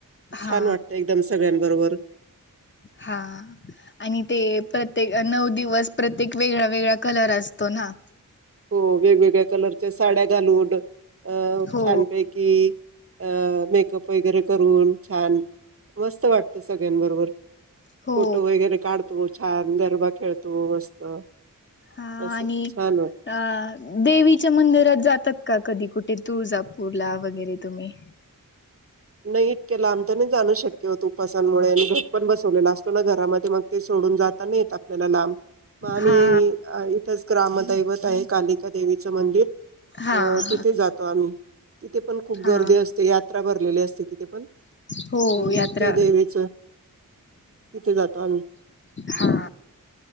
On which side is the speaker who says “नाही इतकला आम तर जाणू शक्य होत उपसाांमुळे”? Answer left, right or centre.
Right